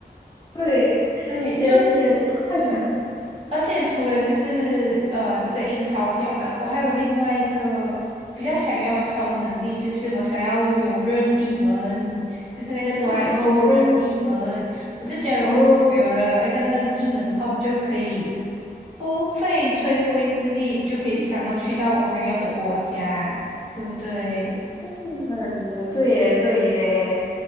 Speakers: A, on the left; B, on the right.
A: 对，
B: 对，
A: 先先幻想。
B: 就嗯，而且除了就是呃这个印钞票嘛，我还有另外一个比较想要的超能力，就是我想要拥有任意门，就是那个哆啦 A
A: 哦
B: 梦的任意门。我就觉得如果我有了那个任意门的话，
A: 哦。
B: 我就可以不费吹灰之力就可以想要去到我想要的国家，对不对？
A: 嗯，对耶，对耶，